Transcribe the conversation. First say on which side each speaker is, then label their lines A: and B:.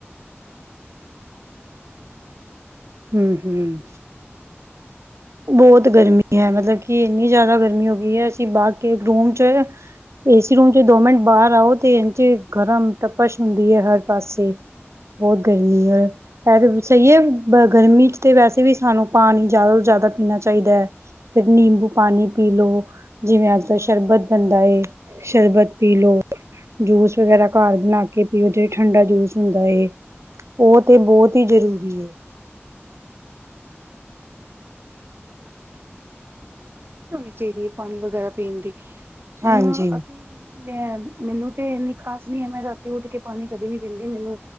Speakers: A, on the right; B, on the right.
A: ਮੈਂ ਨਾ ਕਾਫੀ ਪਰੇਸ਼ਾਨੀ ਹੁੰਦੀ ਆ ਬਹੁਤਿਆ
B: ਹੂੰ ਹੂੰ,
A: <inaudible>
B: ਬਹੁਤ ਗਰਮੀ ਐ ਮਤਲਬ ਕਿ ਇੰਨੀ ਜ਼ਿਆਦਾ ਗਰਮੀ ਹੋ ਗਈ ਐ ਅਸੀਂ ਬਾਹਰ ਕੇ ਰੂਮ ਚ ਏਸੀ ਰੂਮ ਚ ਦੋ ਮਿੰਟ ਬਾਹਰ ਆਓ ਤੇ ਇੰਜ ਗਰਮ ਤਪਸ਼ ਹੁੰਦੀ ਐ ਹਰ ਪਾਸੇ। ਬਹੁਤ ਗਰਮੀ ਐ ਹੈ ਤਾਂ ਸਹੀ ਐ। ਬ ਗਰਮੀ 'ਚ ਤਾਂ ਵੈਸੇ ਵੀ ਸਾਨੂੰ ਪਾਣੀ ਜ਼ਿਆਦਾ ਤੋਂ ਜ਼ਿਆਦਾ ਪੀਣਾ ਚਾਹੀਦਾ। ਫਿਰ
A: ਹਾਂਜੀ
B: ਨਿੰਬੂ ਪਾਣੀ ਪੀ ਲਓ। ਜਿਵੇਂ ਅੱਜ ਕੱਲ੍ਹ ਸ਼ਰਬਤ ਬਣਦਾ ਸ਼ਰਬਤ ਪੀ ਲਓ। ਜੂਸ ਵਗੈਰਾ ਘਰ ਬਣਾ ਕੇ ਪੀਓ ਜਿਹੜਾ ਠੰਡਾ ਜੂਸ ਹੁੰਦਾ ਏ।
A: ਹਾਂਜੀ
B: ਉਹ ਤੇ ਬਹੁਤ ਹੀ ਜ਼ਰੂਰੀ ਏ
A: <inaudible> ਬੱਚ ਨੂੰ ਨਾ ਹੈਬਿਟ ਹੋਣੀ ਚਾਹੀਦੀ ਐ ਪਾਣੀ ਵਗੈਰਾ ਦੇਣ ਦੀ ਹੁਣ
B: ਹਾਂਜੀ
A: ਅਸੀਂ ਤੇ ਅ ਮੈਨੂੰ ਤੇ ਇੰਨੀ ਖ਼ਾਸ ਨੀ ਹੈ ਮੈਂ ਤਾਂ ਉੱਠ ਕੇ ਪਾਣੀ ਕਦੇ ਨੀ ਪੀਂਦੀ ਮੈਨੂੰ